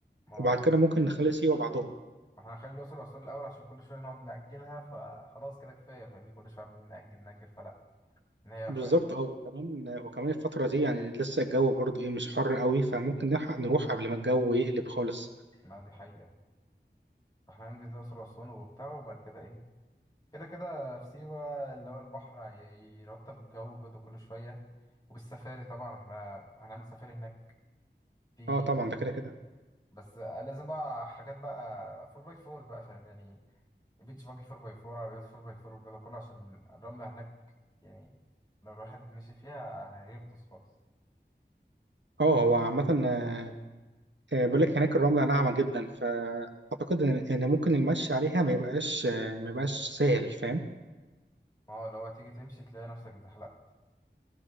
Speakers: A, on the left; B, on the right.
A: ما
B: وبعد كده ممكن نخلي سيوة بعدهم
A: ما احنا هنخلي الأقصر وأسوان الأول عشان كل شوية نقعد نأجلها فخلاص كده كفاية فاهمني كل شوية عمالين نأجل نأجل فلا إن هي
B: بالظبط
A: خ...
B: اه وكمان وكمان الفترة دي يعني لسه الجو برضه ايه مش حر قوي فممكن نلحق نروح قبل ما الجو يقلب خالص
A: ما دي حقيقة فاحنا هننجز الأقصر وأسوان وبتاع وبعد كده إيه كده كده في سيوة اللي هو البحر هي- يرطب الجو جدا كل شوية والسفاري طبعا احنا هنعمل سفاري هناك في
B: اه طبعا ده كده كده
A: بس لازم بقى حاجات بقى 4 باي 4 بقى فاهم يعني البيتش باجي 4 باي 4 عربيات 4 باي 4 والجو ده كله عشان الرملة هناك يعني لو الواحد مشي فيها هيغطس خالص
B: اه هو عامة آه، آه، بقول لك هناك الرملة ناعمة جدا فأعتقد إن إن ممكن المشي عليها ما يبقاش آه، ما يبقاش سهل فاهم
A: ما هو لو تيجي تمشي تلاقي نفسك اتزحلقت